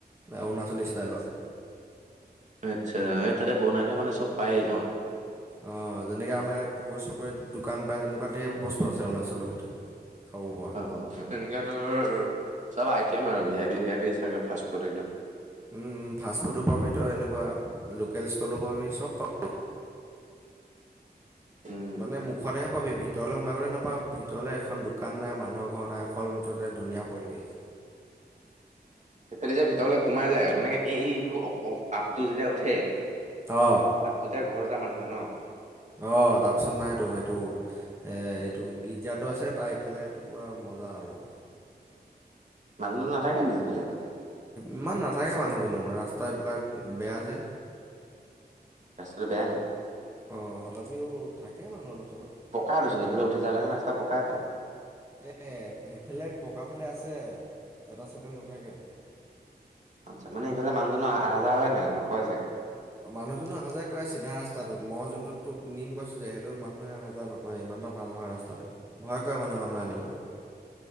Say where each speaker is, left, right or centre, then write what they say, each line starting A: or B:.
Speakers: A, on the right (about 15°); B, on the right (about 45°).
A: অৰুণাচলী ষ্টাইলত।
B: আচ্ছা এ, তাতে বনাই থোৱা মানে চব পায়েই ন?
A: অ', যেনেকে আমাৰ ইয়াত পকৰি চকৰি দোকান পায় তেনেকুৱা ঢেৰ বস্তু আছে অৰুণাচলৰ ভিতৰত। খাব পৰা
B: অ', এনেকুৱা তৰ চব আইটেম আৰু V I P V I P চাগে ফাষ্টফুড একদম।
A: উম, উম, ফাষ্টফুডো পাবি তই এনেকুৱা লোকেল ষ্টলো পাবি চব পাবি।
B: উম
A: মানে মুখতেহে পাবি ভিতৰলৈ সোমাই গলে নাপাব ভিতৰলে এখন দোকান নাই মানুহৰ ঘৰ নাই অকল মুঠতে ধুনীয়া পৰিৱেশ।
B: এফালি যে ভিতৰলে সোমাই যায় মানে এ-এইটো অ'-আপটো যেতিয়া উঠে
A: অ',
B: আপোটোতে ঘৰ দুটামান আছে ন?
A: অ তাৰ পিছত নাইতো সেইটো, এ এইটো গীৰ্জাটো আছে, তাৰ ইফালেটো পুৰা ম আৰু
B: মানুহ নাথাকে নি এইফা? লে একবাৰে
A: ইমান নাথাকে মানুহ দুনো, ৰাস্তা এইবিলাক বেয়া যে
B: ৰাস্তা বেয়া নি?
A: অ', <unintelligible> থাকে মানুহ অলপ চলপ।
B: পকা দেচোন এইফালে উঠি যাওঁতে দেখোন ৰাস্তা পকাই পায়
A: এ সেইফালে, পকা ফালে আছে এটা চাইডে নাথাকে।
B: আচ্ছা মানে ইফালে মানুদোনো আহা যাহা হয়নে নহয় নকয় চাগে।
A: মানুহজনো অহা যোৱা কৰে চিধা ৰাস্তাটোত। মই যোনটোত তোক নিম কৈছো যে, সেইটোত মানুহে অহা যোৱা নকৰে ইমান। <unintelligible> ভাল নহয় ৰাস্তাতো, ভয় কৰে মানে মানুহ আনিবলৈ।